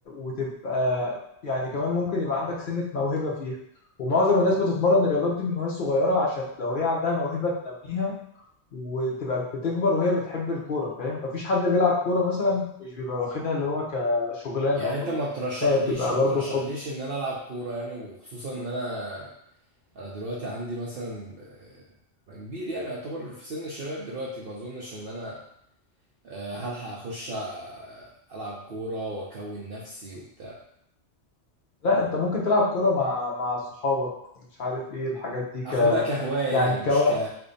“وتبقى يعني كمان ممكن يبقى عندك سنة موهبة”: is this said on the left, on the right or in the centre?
Left